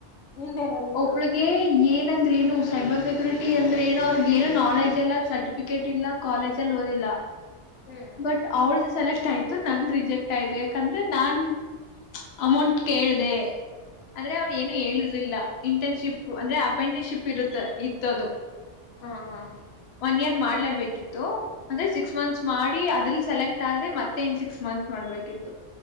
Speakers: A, on the left; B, on the left.
A: ನಿಂದೇನಾಗಿತ್ತು
B: ಒಬ್ಳಿಗೆ ಏನ ಅಂದ್ರೆ ಏನು ಸೈಬರ್ ಸೆಕ್ಯೂರಿಟಿ ಅಂದ್ರೆ ಏನೂ ಅವ್ರಿಗ್ ಏನು ನಾಲೆಜ್ ಇಲ್ಲ ಸರ್ಟಿಫಿಕೇಟ್ ಇಲ್ಲ ಕಾಲೇಜ ಅಲ್ಲಿ ಓದಿಲ್ಲ
A: ಹ್ಮ್
B: ಬಟ್ ಆವ್ಳ್ದ್ ಸೆಲೆಕ್ಟ್ ಆಯ್ತು ನಂದ ರಿಜೆಕ್ಟ್ ಆಯ್ತು ಯಾಕಂದ್ರೆ ನಾನ್ ಅಮೌಂಟ್ ಕೇಳ್ದೆ ಆದ್ರೆ ಅವ್ರ ಏನು ಹೇಳಿರಲಿಲ್ಲಾ ಇಂಟರ್ನ್ಶಿಪ್ ಅಂದ್ರೆ ಅಪ್ರೆಂಟಿಸ್ಶಿಪ್ ಇರುತ್ ಇತ್ತದು.
A: ಹ್ಮ್ ಹ್ಮ್
B: ಒನ್ ಇಯರ್ ಮಾಡ ಲೇಬೇಕಿತ್ತು ಅಂದ್ರೆ ಸಿಕ್ಸ್ ಮಂತ್ಸ್ ಮಾಡಿ ಅದಲ್ ಸೆಲೆಕ್ಟ್ ಆದ್ರೆ ಮತ್ತೆ ನ್ ಸಿಕ್ಸ್ ಮಂತ್ಸ್ ಮಾಡ್ಬೇಕಿತ್ತು.